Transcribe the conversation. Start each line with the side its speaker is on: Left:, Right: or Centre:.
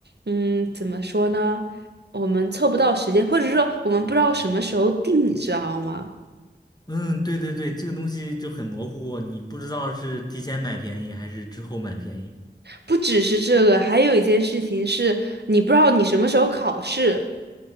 Right: 嗯，怎么说呢，我们凑不到时间，或者说我们不知道什么时候定，你知道吗？
Left: 嗯，对对对，这个东西就很模糊，你不知道是提前买便宜还是之后买便宜。
Right: 不只是这个，还有一件事情是你不知道你什么时候考试。